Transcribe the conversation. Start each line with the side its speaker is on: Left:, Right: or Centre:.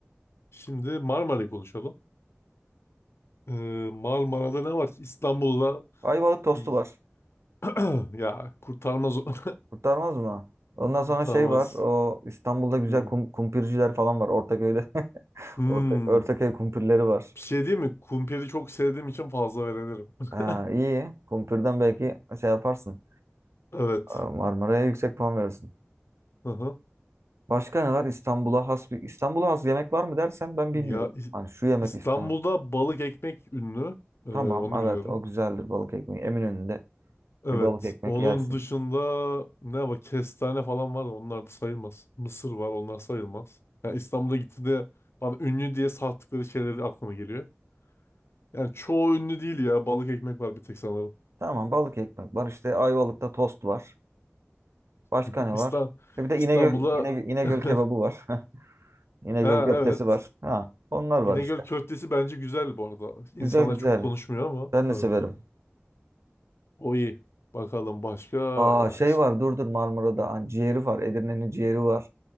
Left: Şimdi Marmara'yı konuşalım. E, Marmara'da ne var ki İstanbul'la
Right: Ayvalık tostu
Left: bir
Right: var.
Left: <clears throat> ya kurtarmaz o. <laughs>
Right: Kurtarmaz mı? Ondan
Left: kurtarmaz.
Right: sonra şey var. O İstanbul'da güzel
Left: Hmm.
Right: kum, kumpirciler falan var. Ortaköy'de. <laughs>
Left: Hmm.
Right: Ortak, Ortaköy kumpirleri var.
Left: Bir şey değil mi? Kumpiri çok sevdiğim için fazla verebilirim. <laughs>
Right: Ha, iyi. Kumpir'den belki şey yaparsın.
Left: Evet.
Right: Ee, Marmara'ya yüksek puan verirsin.
Left: Hı hı.
Right: Başka ne var? İstanbul'a has bir İstanbul'a has yemek var mı dersen ben bilmiyorum.
Left: Ya İ-
Right: Hani şu yemek
Left: İstanbul'da
Right: İstanbul.
Left: balık ekmek ünlü. E,
Right: Tamam
Left: onu
Right: evet
Left: biliyorum.
Right: o güzeldir balık ekmeği. Eminönü'nde
Left: Evet.
Right: bir balık ekmek
Left: Onun
Right: yersin.
Left: dışında ne var? Kestane falan var da onlar da sayılmaz. Mısır var onlar sayılmaz. Yani İstanbul'a gitti de bana ünlü diye sattıkları şeyleri aklıma geliyor. Yani çoğu ünlü değil ya. Balık ekmek var bir tek sanırım.
Right: Tamam balık ekmek var. İşte Ayvalık'ta tost var. Başka
Left: <laughs>
Right: ne
Left: İstan
Right: var? E Bir de İnegöl,
Left: İstanbul'a
Right: İnegöl, İnegöl
Left: <laughs>
Right: kebabı var. <laughs> İnegöl
Left: ha
Right: köftesi
Left: evet.
Right: var. Ha, onlar var
Left: İnegöl
Right: işte.
Left: köftesi bence güzel bu arada. İnsanlar
Right: Güzel güzel.
Left: çok konuşmuyor ama
Right: Ben de
Left: evet.
Right: severim.
Left: O iyi. Bakalım başka
Right: Aa
Left: ya
Right: şey
Left: işte.
Right: var dur dur Marmara'da. Hani ciğeri var. Edirne'nin ciğeri var.